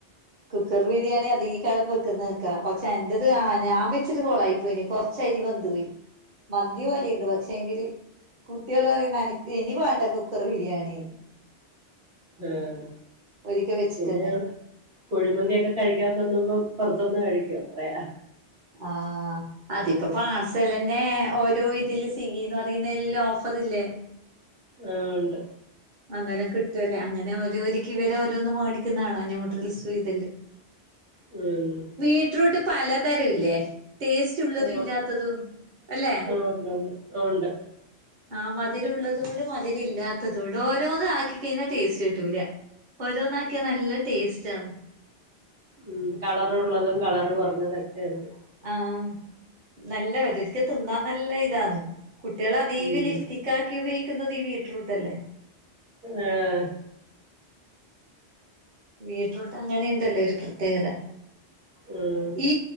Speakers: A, on the right (about 45°); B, on the right (about 70°).
A: കുക്കർ ബിരിയാണി അധേകളം വെക്കുന്ന കേക്കാ പക്ഷെ എൻ്റത് ഞാൻ വെച്ചിട്ട് കൊളായിപ്പോയിനും ശരി വന്തോയി മന്തി പോലെയുണ്ട് പക്ഷേ എങ്കില് കുട്ടികൾ പറയുന്ന് ഇനി വേണ്ട കുക്കർ ബിരിയാണി
B: ആഹ്
A: ഒരിക്കവെച്ചിട്ട്
B: പിന്നെ
A: തന്നെ
B: ഞങ്ങള് കുഴിമന്തിയൊക്കെ കഴിക്കാൻ തോന്നുമ്പ പുറത്തുന്ന് കഴിക്കും അത്രയാ
A: ആഹ അതിപ്പോ പാർസലന്നെ ഓരോ ഇതിൽ സ്ഗിന്ന് പറയുന്നലും ഓഫർ ഇല്ലേ
B: ആഹ് ഉണ്ട്
A: അന്നേരം കിട്ടുവല്ലേ അങ്ങനെ ഓരോരിക്ക് ഇവരെ ഓരോന്ന് മേടിക്കുന്ന കാണാ ന്യൂഡിൽസും ഇതെല്ലാം <inaudible>
B: ഉം
A: ബീറ്റ്റൂട്ട് പലതരം ഇല്ലേ ടേസ്റ്റ് ഉള്ളതും
B: ആഹ്
A: ഇല്ലാത്തതും അല്ലെ
B: ആഹ് ഉണ്ടുണ്ട് ഉണ്ട്
A: ആ മധുരുള്ളതുകൊണ്ട് മധുരം ഇല്ലാത്തതു ഒണ്ട് ഓ ഓരോന്ന് ആക്കി കഴിഞ്ഞാ ടേസ്റ്റ് കിട്ടൂല ഓരോന്ന് ആക്കിയാ നല്ല ടേസ്റ്റ് ആണ്
B: ഉം കളറുള്ളതും കളർ കൊറഞ്ഞതൊക്കെണ്ട്
A: ആഹ് നല്ല വര് രിക്ക തിന്നാൻ നല്ല ഇതാണ് കുട്ടികളതീക്ക്
B: ഉം
A: ലിഫ്റ്റി ക്കാക്കി ഉപയോഗിക്കുന്നത് ഈ ബിറ്റ്റൂട്ടല്ലേ
B: ആഹ്
A: ബീറ്റ്റൂട്ട് അങ്ങനെണ്ടല്ലോ ഒരു പ്രത്യേകത
B: ഉം
A: ഈ